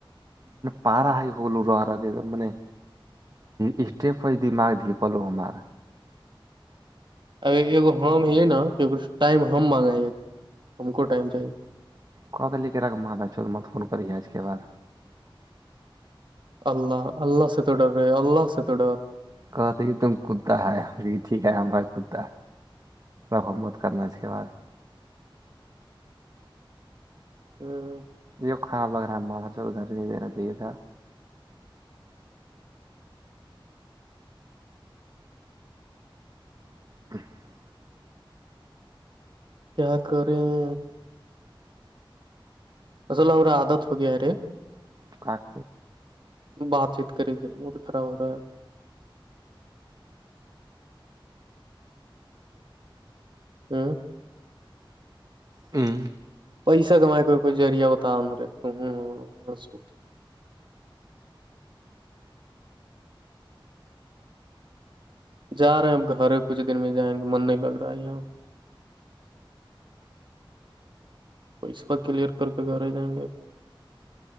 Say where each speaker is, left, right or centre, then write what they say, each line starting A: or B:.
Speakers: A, on the right; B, on the right.
A: پارا ہ ہوول ر رہ اسٹیپ پ دماگ دھیی پلو ہو ہمار
B: ا ہم یہ نا ٹائم ہم مانگا ہے ہمک ٹائم چاہیے
A: کہہ دیے کہ را مادا چوود مت فون کری ہے اس کے بد
B: اللہ اللہ سے توڈر رہے اللہ سے تور
A: کہتے تم کتا ہے ٹیک ہے ہمار کتا رب موت کرنا کے بع
B: ہاں
A: یہ خراب لگ رہا ہے مال ہر چ گھر نہیں دیننا چاہیے تھا <inaudible>
B: کیا کریں اا لا اورورا آدات ہو گیارے
A: کاف
B: بات چیت کرے گ موڈ خراب ہو رہا ہے ہاں
A: ہوں
B: پیسہ کم کا کوئی جذریہ بتاا رے ت سو جا رہے ہیں اب گھر کچھ دن میں جائیں گے من نہیں لگ رہا ہے یہاں پیسہ کلیئر کر کے گھر آ جائیں گے